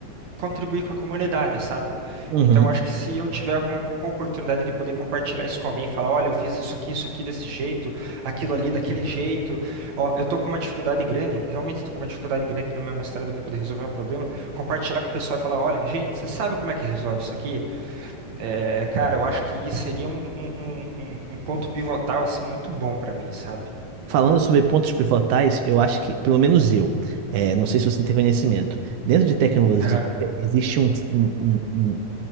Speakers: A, on the right (about 60°); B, on the right (about 85°).
A: contribuir com a comunidade, sabe?
B: Uhum.
A: Então, acho que se eu tiver alguma oportunidade de poder compartilhar isso com alguém, falar, olha, eu fiz isso aqui, isso aqui desse jeito, aquilo ali daquele jeito, ó, eu tô com uma dificuldade grande, realmente tô com uma dificuldade grande no meu mestrado para poder resolver um problema, compartilhar com o pessoal e falar, olha, gente, você sabe como é que resolve isso aqui? É, cara, eu acho que seria um, um, um, um- um ponto pivotal, assim, muito bom para mim, sabe?
B: Falando sobre pontos pivotais, eu acho que, pelo menos eu, é, não sei se você tem conhecimento, dentro de tecnologia
A: Aham.
B: existe um, um- um- um-